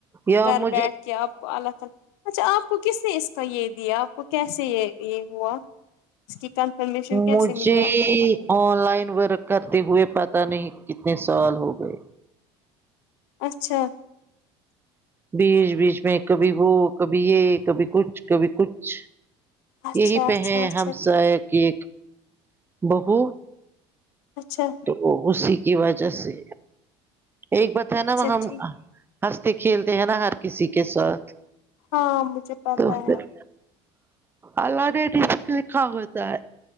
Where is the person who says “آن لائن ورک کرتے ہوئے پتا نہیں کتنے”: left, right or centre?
Right